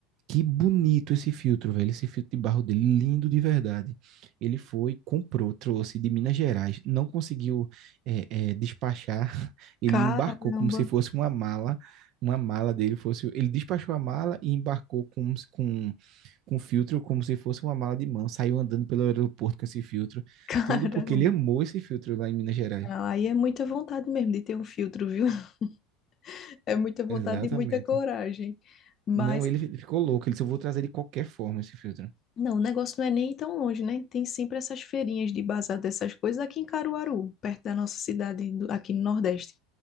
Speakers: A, on the right (about 55°); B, on the left (about 40°).
A: que bonito esse filtro, velho. Esse filtro de barro dele, lindo de verdade. Ele foi, comprou, trouxe de Minas Gerais, não conseguiu é, é, despachar. <laughs> Ele
B: Caramba,
A: embarcou como se fosse uma mala. Uma mala dele fosse. Ele despachou a mala e embarcou com, com, com filtro como se fosse uma mala de mão. Saiu andando pelo aeroporto com esse filtro.
B: <laughs> caramba.
A: Tudo porque ele amou esse filtro lá em Minas Gerais.
B: Ah, Aí é muita vontade mesmo de ter um filtro, viu? <laughs> É muita vontade
A: Exatamente.
B: e muita coragem. Mas
A: Não, ele ficou louco. Ele disse: Eu vou trazer de qualquer forma esse filtro.
B: Não, o negócio não é nem tão longe, né? Tem sempre essas feirinhas de bazar dessas coisas aqui em Caruaru, perto da nossa cidade, do- aqui no Nordeste.